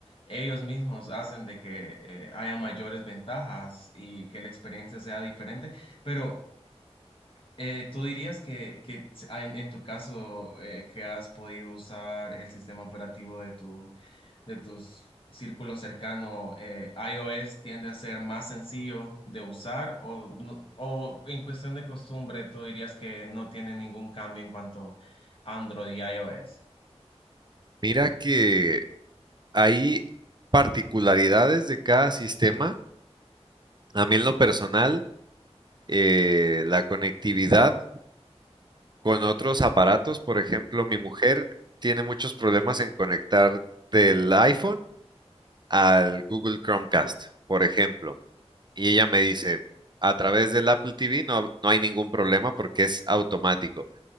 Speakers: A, on the left (about 55°); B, on the right (about 40°).
A: ellos mismos hacen de que eh, haya mayores ventajas y que la experiencia sea diferente. Pero eh, ¿tú dirías que, que en, en tu caso eh, que has podido usar el sistema operativo de tu de tus círculos cercanos, eh, iOS tiende a ser más sencillo de usar o, no- o en cuestión de costumbre, tú dirías que no tiene ningún cambio en cuanto a Android y iOS.
B: Mira que hay particularidades de cada sistema. A mí en lo personal, eh, la conectividad. Con otros aparatos, por ejemplo, mi mujer tiene muchos problemas en conectar del iPhone al Google Chromecast, por ejemplo. Y ella me dice, a través del Apple TV no, no hay ningún problema porque es automático.